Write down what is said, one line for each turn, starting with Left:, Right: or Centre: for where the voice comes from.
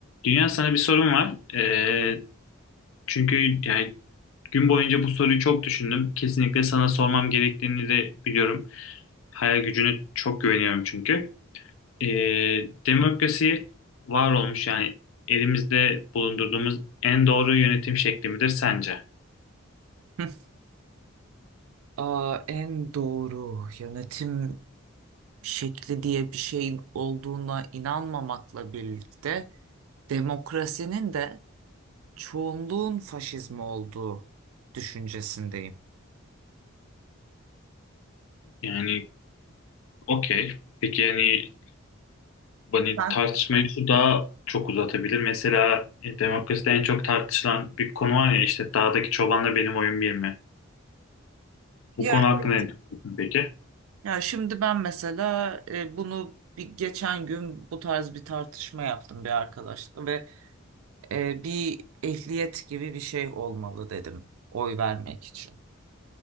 Left: Dünya sana bir sorum var. Ee, çünkü yani gün boyunca bu soruyu çok düşündüm. Kesinlikle sana sormam gerektiğini de biliyorum. Hayal gücüne çok güveniyorum çünkü. Ee, demokrasi var olmuş yani elimizde bulundurduğumuz en doğru yönetim şekli midir sence?
Right: Hı. Aa, en doğru yönetim şekli diye bir şeyin olduğuna inanmamakla birlikte demokrasinin de çoğunluğun faşizmi olduğu düşüncesindeyim.
Left: Yani okey. Peki yani hani
Right: Ben,
Left: tartışmayı şu daha çok uzatabilir. Mesela e, demokraside en çok tartışılan bir konu var ya işte dağdaki çobanla benim oyun bir mi?
Right: ya
Left: Bu konu hakkında
Right: evet.
Left: ne düşünüyorsun peki?
Right: Ya şimdi ben mesela e, bunu bir geçen gün bu tarz bir tartışma yaptım bir arkadaşla ve e, bir ehliyet gibi bir şey olmalı dedim oy vermek için.